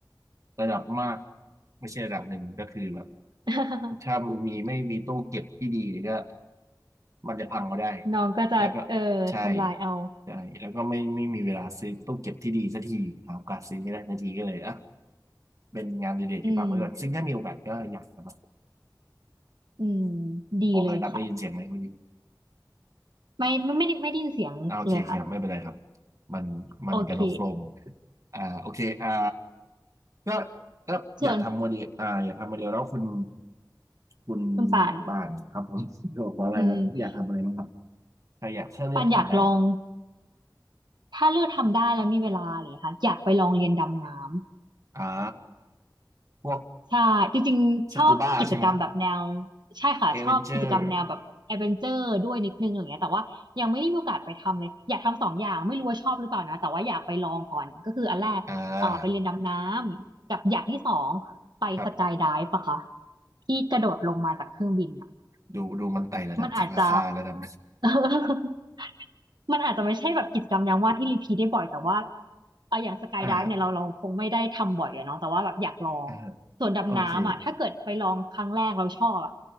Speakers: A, on the right (about 45°); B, on the right (about 70°).
A: ระดับมากไม่ใช่ระดับหนึ่งก็คือแบบ
B: <laughs>
A: ถ้ามันมีไม่มีตู้เก็บที่ดีก็มันจะพังก็ได้
B: น้องก็จะเออทำลายเอา
A: แล้วก็ใช่ใช่แล้วก็ไม่ไม่มีเวลาซื้อตู้เก็บที่ดีสักทีหาโอกาสซื้อไม่ได้สักทีก็เลยอ่ะเป็นงานเดเลกที่พักไว้ก่อนซึ่งถ้ามีโอกาสก็อยากจะมา
B: อืมอืมดีเลยค่ะ
A: ขออภัยครับได้ยินเสียงไหมเมื่อกี้
B: ไม่ไม่ไม่ได้ไม่ได้ยินเสียงเลยค่ะ
A: อ่าโอเคโอเคครับไม่เป็นไรครับมันมันกระโดดโครม
B: โอเค
A: อ่าโอเคอ่าก็ก็อยากทำโมเดลอ่าอยากทำโมเดลแล้วคุณ
B: <laughs> ส่วน
A: คุณ
B: คุณป่าน
A: ป่านครับผม <laughs> บอกว่าอะไรครับอยากทำอะไรบ้างครับ
B: อืม
A: ถ้าอยากถ้าเลือกทำได้
B: ปันอยากลอง ถ้าเลือกทำได้แล้วมีเวลาอะไรอย่างเลยค่ะอยากไปลองเรียนดำน้ำ
A: อ่าพวก
B: ใช่จริงๆชอบกิจกรรมแบบแนว
A: สกูบ้าใช่ไหมครับ
B: ใช่ค่ะชอบกิจกรรมแนวแบบแอดเวนเจอร์ด้วยนิดนึงอะไรอย่างเงี้ยแต่ว่ายังไม่ได้มีโอกาสไปทำเลยอยากทำสองอย่างไม่รู้ว่าชอบหรือเปล่านะแต่ว่าอยากไปลองก่อนก็คืออันแรกเอ่อไปเรียนดำน้ำกับอย่างที่สองไปสกายไดฟ์ปะคะ
A: เอเวนเจอร์อ่าครับ
B: ที่กระโดดลงมาจากเครื่องบินอะ
A: ดูดูมันไต่ระดับจากราคาระดับ
B: มันอาจจะ <laughs> มันอาจจะไม่ใช่แบบกิจกรรมยามว่างที่รีพีทได้บ่อยแต่ว่าเอาอย่างสกายไดฟ์เนี่ยเราเราคงไม่ได้ทำบ่อยอะเนาะแต่ว่าแบบอยากลอง
A: <laughs> อ่าฮะอ่าฮะ
B: ส่วนดำน้ำอ่ะถ้าเกิดไปลองครั้งแรกเราชอบอะ
A: โอเค